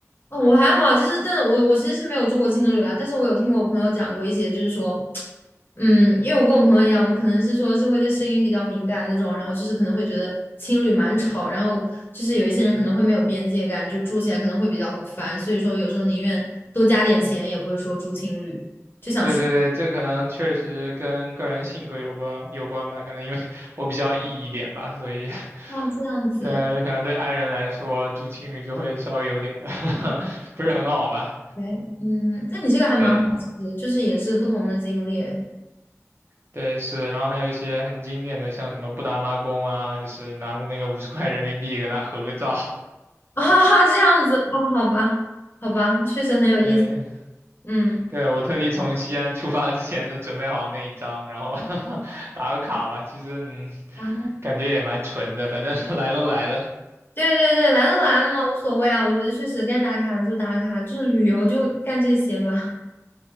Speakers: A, on the left; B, on the right.
A: 哦，我还好，就是真的，我我其实是没有住过青旅啦，但是我有听过我朋友讲过一些，就是说，<tsk> 嗯，因为我跟我朋友一样，我们可能是说是会对声音比较敏感那种，然后就是可能会觉得青旅蛮吵，然后就是有一些人可能会没有边界感，就住起来可能会比较烦，所以说有时候宁愿多加点钱，也不会说住青旅，就想睡。
B: 对对对，这可能确实跟个人性格有关有关吧，可能因为我比较 E 一点吧，所以 <laughs>
A: 啊，这样子，
B: 但可能对 i 人来说，住青旅就会稍微有点的 <laughs> 不是很好吧？
A: 对，嗯，那你这个还蛮好奇的，
B: 对
A: 就是也是不同的经历 <laughs>
B: 对是，然后还有一些很经典的，像什么布达拉宫啊，就是拿着那个五十块人民币跟他合个照。
A: 啊，这样子哦，好吧，好吧，确实很有意思，
B: <laughs> 对
A: 嗯，
B: 对，我特地从西安出发之前就准备好那一张，然后 <laughs> 打个卡吧。其实嗯，
A: 啊，
B: 感觉也蛮纯的，反正 <laughs> 来都来了。
A: 对对对，来都来了嘛，无所谓啊，我觉得确实该打卡就打卡，就是旅游就干这些吧，